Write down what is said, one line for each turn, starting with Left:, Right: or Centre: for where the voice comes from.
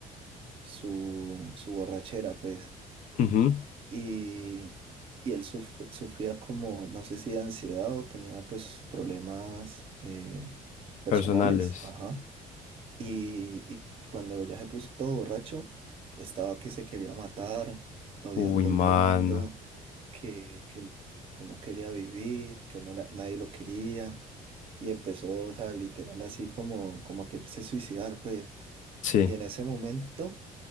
Right: su, su borrachera, pues.
Left: Ujú.
Right: Y, y él suf- sufría como, no sé si de ansiedad o tenía pues problemas eh, personales,
Left: Personales.
Right: ajá. Y, y cuando ya se puso todo borracho, estaba que se quería matar, odiando
Left: Uy, mano.
Right: el mundo, que, que, él- que él no quería vivir, que él no la- nadie lo quería. Y empezó, o sea, literal así como, como a quererse suicidar, pues.
Left: Sí.
Right: Y en ese momento,